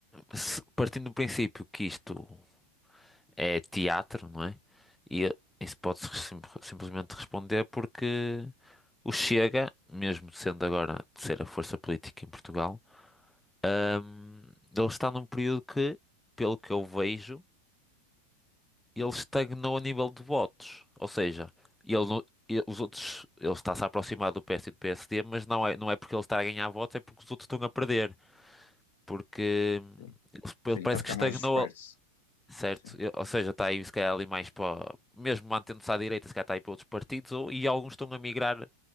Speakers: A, in the centre; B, on the left.
A: se- partindo do princípio que isto é teatro, não é? E isso pode-se <laughs> sim- simplesmente responder porque o Chega, mesmo sendo agora a terceira força política em Portugal, hum, ele está num período que, pelo que eu vejo, ele estagnou a nível de votos. Ou seja, ele, não- ele- os outros, ele está-se a aproximar do PS e do PSD, mas não é, não é porque ele está a ganhar votos, é porque os outros estão a perder. Porque hum,
B: Sim,
A: ele
B: sim,
A: parece
B: está a ficar
A: que estagnou
B: mais disperso.
A: certo?
B: Sim,
A: Eu- ou seja, está aí se calhar ali mais para, mesmo mantendo-se à direita, se calhar está aí para outros partidos, ou, e alguns estão a migrar